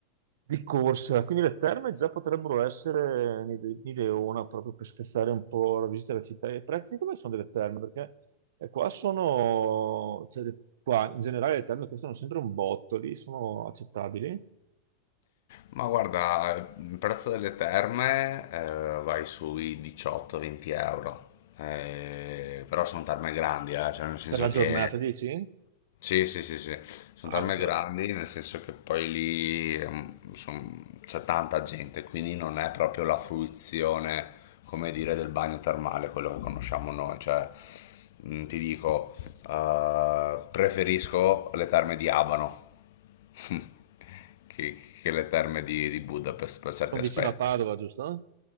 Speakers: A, on the right; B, on the left.
A: di corsa, quindi le terme già potrebbero essere un'ide- un'ideona proprio per spezzare un po' la visita alla città. E i prezzi come sono delle terme? Perché eh, qua sono, cioè, le- qua in generale le terme costano sempre un botto, lì sono accettabili.
B: Ma guarda, il prezzo delle terme eh, vai sui 18-20 euro, Eh, però sono terme grandi, eh, cioè nel senso
A: Per la giornata,
B: che
A: dici?
B: sì, sì, sì, sì, sono
A: Ah,
B: tarme
A: vabbè,
B: grandi, nel senso che poi lì ehm, son- c'è tanta gente, quindi non è proprio la fruizione, come dire, del bagno termale, quello che conosciamo noi. Cioè, mh, ti dico, eh, preferisco le terme di Abano <laughs> che, che le terme di, di Budapest per certi
A: sono
B: aspetti.
A: vicino a Padova, giusto?